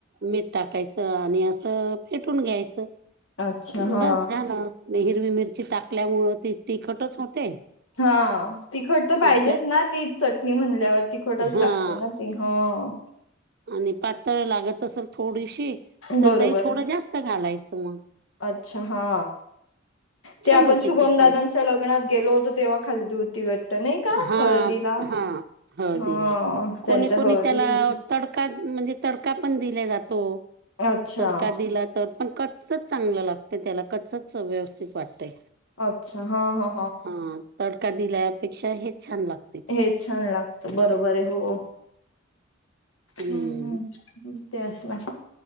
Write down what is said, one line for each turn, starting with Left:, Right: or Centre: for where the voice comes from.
Right: मीठ टाकायचं आणि असं फेटून घ्यायचं.
Left: अच्छा हा
Right: बस झालं हिरवी मिरची टाकल्यामुळे ती तिखटच होते.
Left: हा तिखट तर पाहिजेच
Right: आपल्या
Left: ना ती चटणी म्हणल्यावर तिखटच
Right: हा
Left: लागते ना. ते हं.
Right: आणि पातळ लागत असलं थोडीशी
Left: बरोबर
Right: तर दही थोडं
Left: आहे.
Right: जास्त घालायचं मग.
Left: अच्छा हा ते
Right: छान
Left: आपण
Right: होते
Left: शुभम
Right: ते
Left: ददांच्या
Right: पण
Left: त्याच्या लग्नात गेलो होतो तेव्हा खाल्ली होती. घट्ट नाही का
Right: हां,
Left: हळदीला
Right: हां. हळदीला.
Left: ह त्यांच्या
Right: कोणी-कोणी
Left: हळदीत
Right: त्याला
Left: होती.
Right: तडका म्हणजे... तडका पण दिला जातो,
Left: अच्छा
Right: तडका दिला तर... पण कच्चच चांगल लागतय त्याला कच्च... व्यवस्थित वाटतय....
Left: अच्छा हा हा
Right: हा.. तडका दिल्या.. पेक्षा हे छान लागत.
Left: हे छान लागत बरोबर आहे हो.
Right: हं.
Left: हम् हम. ती असलं.